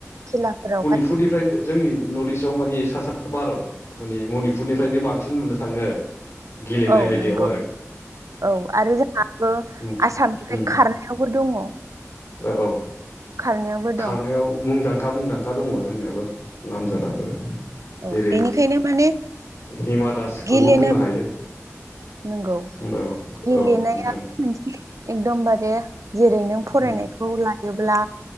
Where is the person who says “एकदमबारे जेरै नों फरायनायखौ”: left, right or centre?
Right